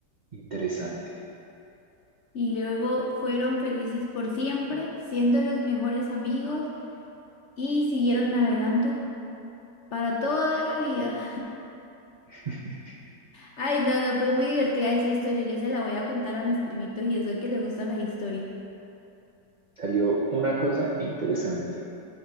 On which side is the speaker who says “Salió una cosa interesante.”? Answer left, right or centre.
Right